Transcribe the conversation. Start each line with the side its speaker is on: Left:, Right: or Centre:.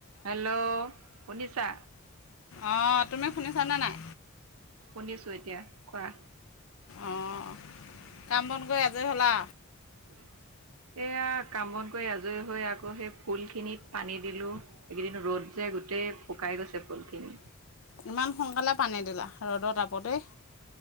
Right: Hello শুনিছা?
Left: অ' তুমি শুনিছা নে নাই?
Right: শুনিছো এতিয়া কোৱা।
Left: অ' কাম বন কৰি আজৰি হ'লা?
Right: উম। এয়া কাম বন কৰি আজৰি হৈ আকৌ সেই ফুলখিনিত পানী দিলোঁ, এইকেইদিন ৰ'দ যে। গোটেই শুকাই গৈছে ফুলখিনি।
Left: ইমান সোনকালে পানী দিলা ৰ'দৰ তাপতেই?